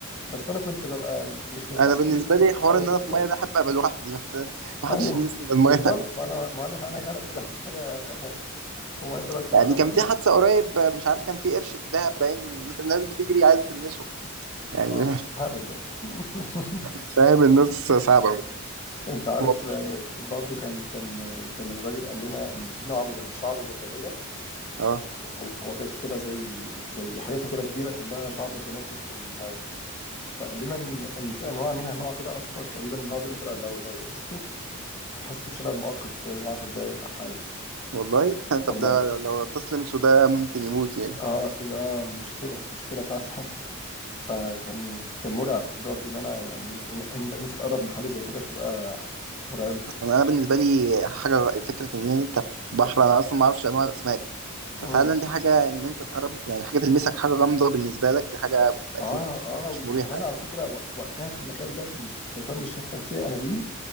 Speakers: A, on the left (about 30°); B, on the right (about 75°).
A: بس انا كنت ببقى مش مرتاح
B: انا
A: خصوصا
B: بالنسبه لي حوار
A: لو
B: ان
A: السمك
B: انا في الميه ده احب ابقى لوحدي <laughs> ما ت- ما
A: ايوه
B: حدش يلمسني في الميه
A: بالظبط ما انا ما انا انا انا كده مفيش حاجه <laughs> ومثلا
B: <laughs>
A: لو
B: يعني
A: لو
B: كان
A: مثلا
B: في حادثه قريب مش عارف كان في قرش في دهب باين <laughs> الناس بتجري عايزه تلمسه يعني
A: اه هبل ده <laughs>
B: <laughs> فاهم الناس صعبه أوي.
A: انت عارف
B: هو-
A: آه، برضو كان كان آه، كان الراجل قال لنا ان في نوع من الشعب المرجانيه
B: اه
A: هو هو كان في كده زي زي حيطه كده كبيره كلها شعاب مرجانيه في وسط الميه فقال لنا ان ان في انواع منها نوع كده اصفر تقريبا النوع ده انت لو لو لمسته هتحس بشلل مؤقت تقريبا 10 دقائق او حاجه
B: والله <laughs>
A: والله
B: طب ده لو غطاس لمسه ده ممكن يموت يعني
A: اه اه مشكله مشكله فعلا فكان كان مرعب برضه ان انا يعني ان انت ان انت ان انت تتقرب من حاجه زي كده بتبقى مرعبه
B: انا أنا بالنسبه لي حاجه فكره ان انت في بحر انا اصلا ما اعرفش انواع الاسماك ففعلا
A: امم
B: دي حاجه ان انت تقرب يعني حاجه تلمسك حاجه غامضه بالنسبه لك دي حاجه اكيد
A: اه اه وكمان
B: مش مريحه يعني
A: على فكره وق- وقتها في المكان ده في ال- في شرم الشيخ كان فيه اناديل